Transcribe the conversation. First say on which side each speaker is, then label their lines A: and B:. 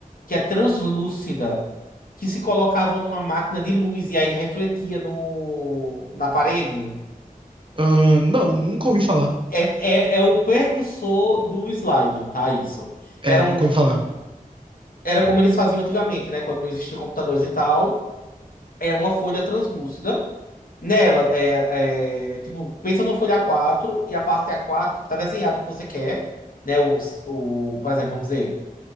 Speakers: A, on the left; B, on the right.
A: que é translúcida, que se colocava numa máquina de luz e aí refletia no, na parede.
B: Ahn, não, nunca ouvi falar.
A: É, é, é o precursor do slide, tá? Isso.
B: É,
A: Era,
B: nunca
A: um,
B: ouvi falar.
A: era como eles faziam antigamente, né? Quando não existiam computadores e tal. É uma folha translúcida. Nela, é, é, tipo, pensa numa folha A4 e a parte A4, tipo, tá desenhado o que você quer, né? O, o, por exemplo, vamos dizer,